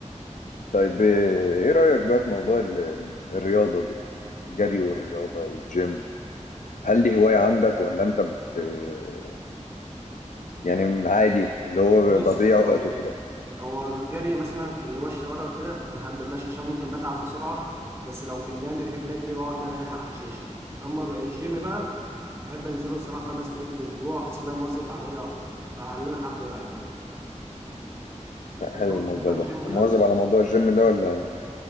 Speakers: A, on the left; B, on the right.
A: طيب آه، ايه رأيك بقى في موضوع ال- الرياضة دي الجري والرياضة والجيم هل دي هواية عندك ولا انت بت آه، يعني عادي اللي هو
B: بص
A: تضييع
B: هو
A: وقت وكده
B: هو الجري مثلا في اللي هو الشوارع وكده ما حبيتهاش عشان ممكن بتعب بسرعة بس لو في النادي بحب أجري وأقعد بريح على حشيش أما بقى الجيم بقى بحب أنزله الصراحة خمس أيام في الأسبوع حاسس إن أنا مواظب عليه أكتر فعلى اللي أنا حابه يعني
A: لا
B: أنت
A: حلو
B: برضك
A: الموضوع
B: بتروح
A: ده
B: الجيم وكده؟
A: مواظب على موضوع الجيم ده ولا